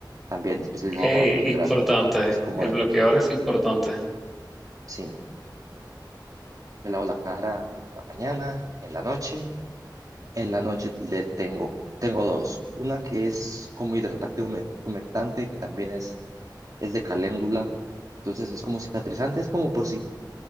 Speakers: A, on the right (about 50°); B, in the centre.
A: también especializado
B: Eh,
A: para piel
B: importante,
A: grasa, porque es como
B: el
A: de...
B: bloqueador es importante.
A: Sí, me lavo la cara en la mañana, en la noche. En la noche le tengo, tengo dos. Una que es como hidratante hume- humectante, que también es, es de caléndula. Entonces es como cicatrizante, es como por si